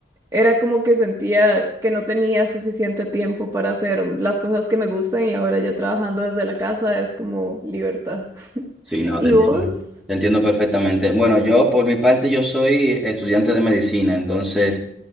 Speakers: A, on the right; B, in the centre.
A: Era como que sentía que no tenía suficiente tiempo para hacer las cosas que me gustan y ahora ya trabajando desde la casa es como libertad. <laughs>
B: sí, no,
A: ¿Y
B: te entiendo.
A: vos?
B: Te entiendo perfectamente. Bueno, yo por mi parte yo soy estudiante de medicina, entonces